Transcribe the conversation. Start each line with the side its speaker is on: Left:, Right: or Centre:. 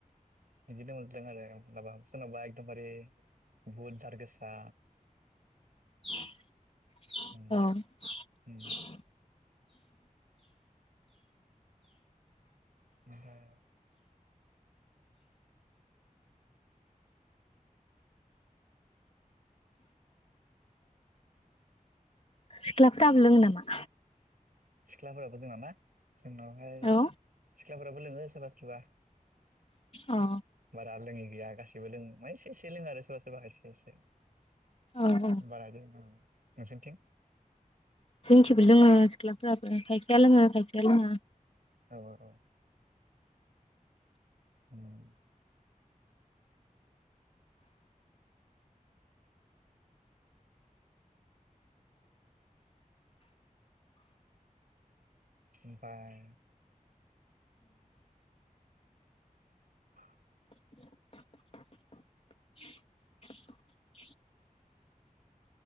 Right: बिदिनो <unintelligible> <unintelligible> सोरनावबा एखदम बारे बुदजारगोसा
Left: <inaudible>
Right: उम
Left: औ। <inaudible>
Right: उम
Left: <inaudible> <inaudible>
Right: ओमफ्राय
Left: सिख्लाफ्राबो लोङो नामा?
Right: सिख्लाफोराबो जोंना ना जोंनावहाय
Left: औ
Right: सिख्लाफोराबो लोङो सोरबा सोरबा
Left: औ
Right: बारा लोङ गैया गासैबो लोङ माने से से लोङो आरो सोरबा सोरबा एसे एसे
Left: औ औ
Right: बारा लोंआ। नोंसिनिथिं?
Left: जोंथिबो लोङो सिख्लाफोराबो खायफाया लोङो खायफाया लोङा।
Right: औ औ उम ओमफाय <unintelligible>
Left: <unintelligible>